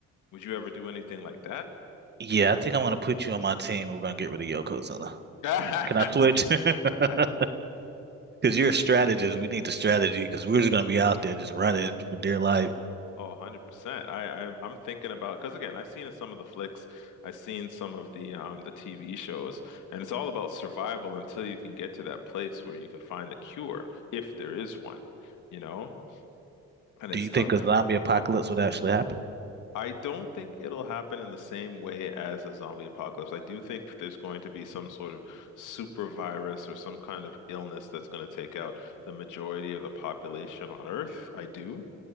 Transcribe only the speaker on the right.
Yeah, I think I'm going to put you on my team and we're going to get rid of Yokozuna.
Can I switch? <laughs>
Because you're a strategist. We need the strategy because we're just going to be out there just running for dear life.
Do you
think a zombie apocalypse would actually happen?